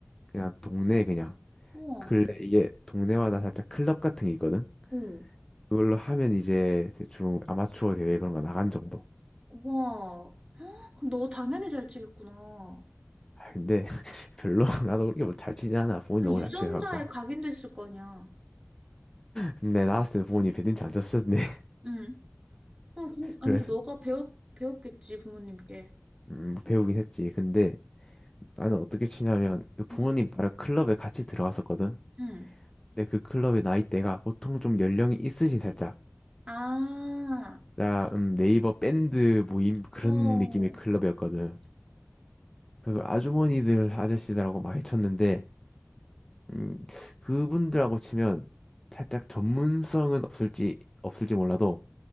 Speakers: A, on the left (about 15°); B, on the right (about 20°).
A: 그냥 동네 그냥
B: 우와.
A: 근래 이게 동네마다 살짝 클럽 같은 게 있거든?
B: 응.
A: 그걸로 하면 이제 대충 아마추어 대회 그런 거 나간 정도.
B: 우와. <gasps> 헉, 그럼 너 당연히 잘 치겠구나.
A: 아, 근데 <laughs> 별로 나도 그렇게 뭐 잘 치지 않아. 부모님
B: 아니,
A: 너무
B: 유전자에
A: 잘 치셔가고.
B: 각인됐을 거 아니야.
A: 근데 나왔을 때 부모님
B: 응,
A: 배드민턴 안 쳤었는데 <laughs>
B: 응. 어, 그- 아니,
A: 그래서
B: 너가 배웠, 배웠겠지, 부모님께.
A: 음, 뭐 배우긴 했지. 근데 나는 어떻게 치냐면 그 부모님
B: 응,
A: 따라 클럽에 같이 들어갔었거든.
B: 응.
A: 근데 그 클럽의 나이대가 보통 좀 연령이 있으신 살짝.
B: 아,
A: 자, 음, 네이버 밴드 모임 그런
B: 어, 어.
A: 느낌의 클럽이었거든. 그 아주머니들 아저씨들하고 많이 쳤는데 음, 그분들하고 치면 살짝 전문성은 없을지 없을지 몰라도